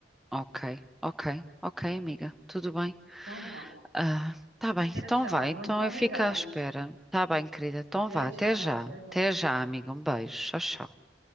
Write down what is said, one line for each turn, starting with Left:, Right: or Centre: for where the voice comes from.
Centre: Ok, ok, ok, amiga. Tudo bem?
Right: Então vá.
Centre: Ah, tá bem,
Right: Até
Centre: então
Right: já,
Centre: vai.
Right: vou
Centre: Então
Right: então
Centre: eu fico
Right: ligar-lhes.
Centre: à espera. Tá bem, querida. Então
Right: Até
Centre: vá. Até
Right: já,
Centre: já.
Right: até já.
Centre: Até já, amiga. Um beijo. Tchau, tchau.